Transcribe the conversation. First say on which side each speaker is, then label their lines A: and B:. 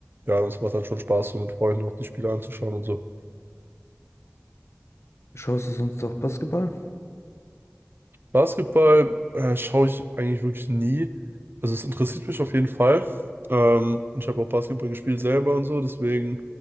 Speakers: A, on the right; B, on the left.
A: ja, das macht dann schon Spaß, so mit Freunden auch die Spiele anzuschauen und so.
B: Schaust du sonst auch Basketball?
A: Basketball äh, schaue ich eigentlich wirklich nie. Also es interessiert mich auf jeden Fall. Ähm, und ich habe auch Basketball gespielt selber und so, deswegen